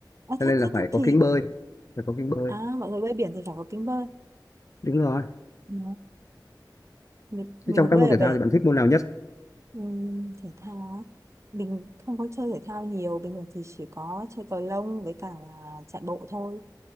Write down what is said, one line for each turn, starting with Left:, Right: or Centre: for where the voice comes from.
Right: à,
Left: cho
Right: thế,
Left: nên
Right: thế,
Left: là phải
Right: thế thì
Left: có kính bơi phải có kính bơi
Right: à mọi người bơi biển thì phải có kính bơi
Left: đúng rồi
Right: Ừ. mình, mình
Left: thế trong các
Right: bơi
Left: môn
Right: ở
Left: thể
Right: bể
Left: thao thì bạn thích môn nào nhất
Right: Ừm, thể thao á mình không có chơi thể thao nhiều bình thường thì chỉ có chơi cầu lông với cả là chạy bộ thôi